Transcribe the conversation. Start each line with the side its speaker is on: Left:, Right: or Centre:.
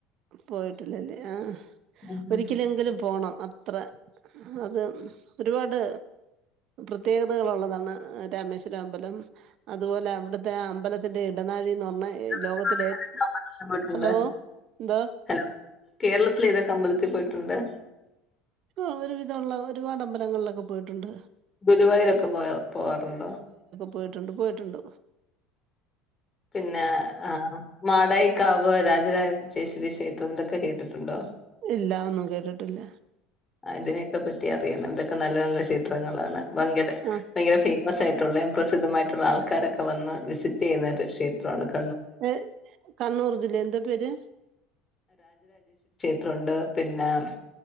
Right: പോയിട്ടില്ലല്ലെ ആഹ
Left: കേരളത്തിൽ
Right: ഒരിക്കലെങ്കിലും പോണം അത്ര അത് ഒരുപാട് പ്രതേകതകളുള്ളതാണ് രാമേശ്വരമ്പലം അതുപോലെ അവിട്ത്തെ അമ്പലത്തിന്റെ ഇടനാഴിന്ന് പറഞ്ഞാൽ ലോകത്തിലെ
Left: ഏതൊക്കെ
Right: ഏഹ്
Left: അമ്പലത്തിൽ പോയിട്ടുണ്ട്
Right: ഹലോ എന്തോ
Left: ഹലോ കേരളത്തിലെതൊക്കെ അമ്പലത്തിൽ പോയിട്ടൊണ്ട് <inaudible>
Right: ഓ ഒരുവിധവൊള്ള ഒരുപാടാമ്പലങ്ങളിലൊക്കെ പോയിട്ടൊണ്ട്
Left: ഗുരുവായൂർരൊക്കെ പോയോ പോകാറുണ്ടോ
Right: പോയിട്ടൊണ്ട് പോയിട്ടൊണ്ട്
Left: പിന്നെ ആഹ് മാടൈക്കാവ് രാജ രാജ ചേഷരിക്ഷേത്രം ഇതൊക്കെ കേട്ടിട്ടുണ്ടോ
Right: ഇല്ല അതൊന്നും കേട്ടിട്ടില്ല
Left: അതിനെക്കപറ്റി അറിയണം ഇതെക്കെ നല്ല നല്ല ഷേത്രങ്ങളാണ് ഭങ്കര
Right: ആ
Left: ഭയങ്കര ഭി മസായിട്ടൊള്ളെയും പ്രസിദ്ധമായിട്ടൊള്ളാആൾക്കാരോക്കെ വന്ന് വിസിറ്റ് ചെയുന്നൊരു ഷേത്രവാണിത്-
Right: ത് കണ്ണൂർ ജില്ലേ എന്തൊ പേര്?
Left: ഇതൊണ്ട് പിന്നാം-